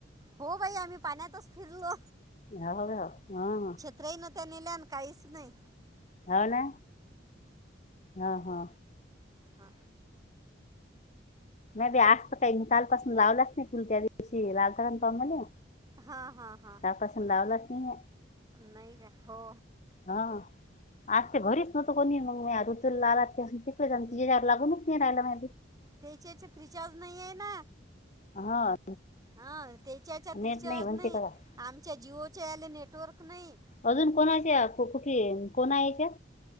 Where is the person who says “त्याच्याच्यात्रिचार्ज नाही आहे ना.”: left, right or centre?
Right